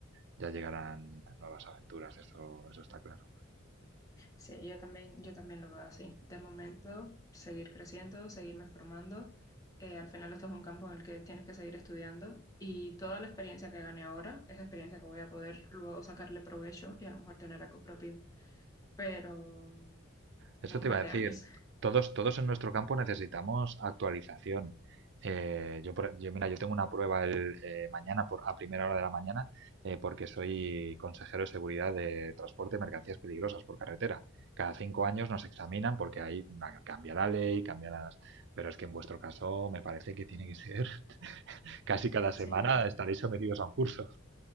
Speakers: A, on the right (about 55°); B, on the left (about 15°).
A: ya llegarán nuevas aventuras, eso, eso está claro.
B: sí, yo también, yo también lo veo así. De momento, seguir creciendo, seguirme formando. Eh, al final esto es un campo en el que tienes que seguir estudiando y toda la experiencia que gane ahora es experiencia que voy a poder luego sacarle provecho y a lo mejor tener algo propio, pero mm,
A: Eso
B: en un
A: te
B: par
A: iba a
B: de
A: decir,
B: años.
A: todos, todos en nuestro campo necesitamos actualización. Eh, yo, por- yo, mira, yo tengo una prueba el, eh, mañana por, a primera hora de la mañana eh, porque soy consejero de seguridad de transporte de mercancías peligrosas por carretera. Cada cinco años nos examinan porque ahí na- cambia la ley, cambia las... Pero es que en vuestro caso me parece que tiene que ser casi cada semana
B: Sí,
A: estaréis sometidos a un curso,